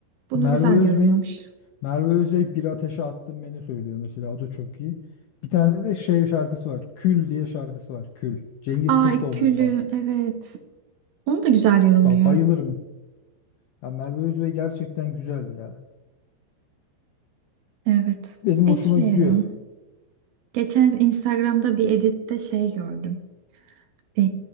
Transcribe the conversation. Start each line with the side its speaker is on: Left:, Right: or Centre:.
Right: Bunu
Left: Merve
Right: güzel
Left: Özbey'in
Right: yorumlamış.
Left: Merve Özbey bir ateşe attım beni söylüyor mesela. O da çok iyi. Bir tane de şey şarkısı var. Kül diye şarkısı var. Kül. Cengiz
Right: Aa
Left: Kurtoğlu'nun
Right: Külü
Left: parçası.
Right: evet. Onu da güzel yorumluyor.
Left: Ba- Bayılırım. Ya Merve Özbey gerçekten güzel ya.
Right: Evet.
Left: Benim
Right: Ekliyorum.
Left: hoşuma gidiyor.
Right: Geçen Instagram'da bir editte şey gördüm. Ee,